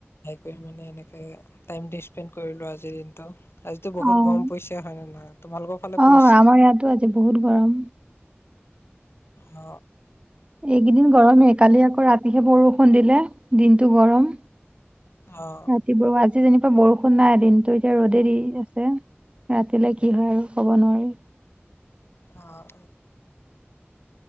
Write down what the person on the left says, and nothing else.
কৰি মানে এনেকে টাইমটো স্পেন্ড কৰিলো আজিৰ দিনটো আজিতো বহুত
গৰম পৰিছে হয়নে নহয়, তোমালোকৰ ফালে
পৰিছে?
অ
অ অ
অঁ